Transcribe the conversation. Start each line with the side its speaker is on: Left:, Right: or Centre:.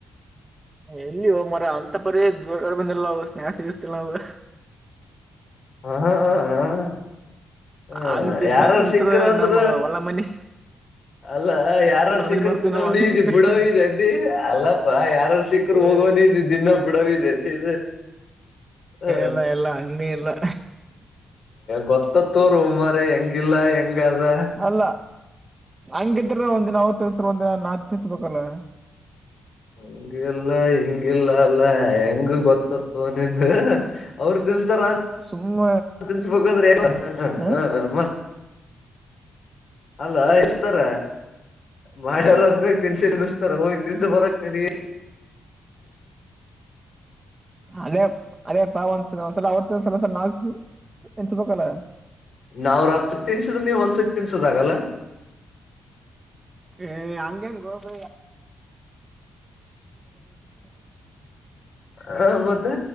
Right: ಎಲ್ಲಿ ಹೋ ಮರ ಅಂತ ಪರಿ ದೊಡ್ಡೆ ಬಂದಿಲ್ಲವು ಸ್ನಾಯಕ್ಸ್ ಸಿಗಸ್ತಿಲ್ಲ ನವು
Left: ಹ ಹಾ ಹಾ ಹಾ ಹ
Right: ಹಂಗ್ ತಿನ್ಕ
Left: ಯಾರಾರ
Right: ಕುಂತ್ರ
Left: ಸಿಕ್ಕರು ಅಂದ್ರ
Right: ನಮ್ ಹೊಲ ಮನಿ
Left: ಅಲ್ಲ ಯಾರಾರ
Right: ಹೊಲ
Left: ಸಿಕ್ಕರು
Right: ಮನಿ ಮರ್ತೀವಿ
Left: ತಿನ್ನದಿ
Right: ನಾವ್ ಹಂಗ್ ಸಿಕ್ಕ್ರ
Left: ಬುಡವ ಅದಿ ಅಲ್ಲಪಾ ಯಾರನ್ ಸಿಕ್ಕರು ಹೋಗ
Right: ಏ
Left: ಇ ದಿನ ಬಿಡಾವಿದೆ ಇ ಹ
Right: ಇಲ್ಲ ಇಲ್ಲ ಹಂಗೇನಿಲ್ಲ
Left: ಗೊತ್ತತ್ತುೂ ರ ಮರ ಹೆಂಗಿಲ್ಲ ಹೆಂಗ ಅದ
Right: ಅಲ್ಲ ಹಂಗಿದ್ರೆ ಒಂದ್ ದಿನ ಅವತ್ ತಿರ್ಸ್ರ ಒಂದಿನ ನಾು ತಿಿಸಬೇಕಲ್ಲ
Left: ಹಂಗಲ್ಲ ಹಿಂಗಿಲ್ಲ ಅಲ್ಲ ಹೆಂಗ ಗೊತ್ತತ್ತು ನಿ ಅವರು ತಿನ್ಿಸತಾರ
Right: ಸುಮ್ಮ
Left: ತಿನ್ಸ್ಬೇಕ ಅಂದ್ರೆ ಎ ಹ
Right: ಹ್ಮ
Left: ಮ ಅಲ್ಲ ಇಸ್ತಾರ ಮಾಡೆಲ್ಲದ್ ಬೇ ತಿನ್ಸಿಿಸ್ತಾರ ಹೋಗಯ ತಿಂತ ಬರಕ್ ನೀನ್
Right: ಅದೇ ಅದೇಪ್ಪಾ ಒಂದ ಒಂದ್ಸಲ ಅವ್ರ ತಿಸಲ ಒಂದಲ ನಾ ಎನ್ಸಬೇಕಲ್ಲ
Left: ನಾವವು ರಾತ್ರಿ ತಿನ್ಸಿದ್ರೆ ನೀವು್ ಒಂದಸಕ್ ತಿನ್ಸದ ಆಾಗಲ್ಲ
Right: ಏ ಹಂಗಂಗ ಗೋಬ
Left: ಆ ಮತ್ತೆ